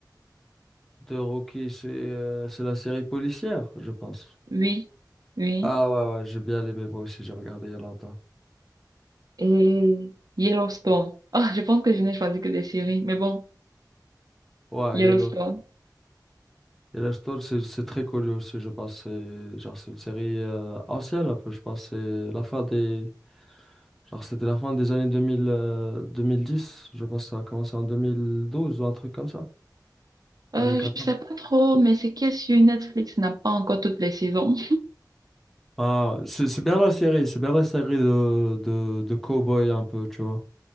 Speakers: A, in the centre; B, on the right.
A: De Rocky, c'est euh, c'est la série policière, je pense.
B: Oui, oui.
A: Ah, ouais, ouais, j'ai bien aimé moi aussi. J'ai regardé il y a longtemps.
B: Et Yellowstone. Ah, je pense que je n'ai choisi que des séries, mais bon,
A: Ouais,
B: Yellowstone.
A: Yellow. Yellowstone, c'est c'est très connu aussi, je pense. C'est genre, c'est une série euh, ancienne un peu, je pense. C'est la fin des. Genre, c'était la fin des années 2000, euh, 2010. Je pense que ça a commencé en 2012 ou un truc comme ça.
B: Euh,
A: 2014.
B: je sais pas trop, mais c'est que sur Netflix n'a pas encore toutes les saisons.
A: Ah, c'est c'est bien la série, c'est bien la série de, de, de cow-boy un peu, tu vois.